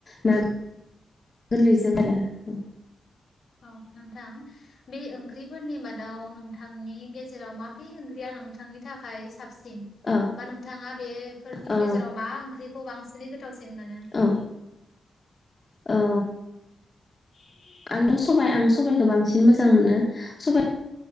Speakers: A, on the left; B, on the left.
A: ना
B: औ
A: गोरलैजों आरो उम।
B: अ नोंथां बि ओंख्रिफोरनि मादाव नोंथांनि गेजेराव माबे ओंख्रिया नोंथांनि थाखाय साबसिन?
A: औ
B: बा नोंथांङा बेफोरनि
A: ओ
B: गेजेराव मा ओंख्रिखौ बांसिनै गोथावसिन मोनो?
A: औ ओ।
B: <inaudible>
A: आंथ सबाइ आं सबाइखौ बांसिन मोजां मोनो सबाय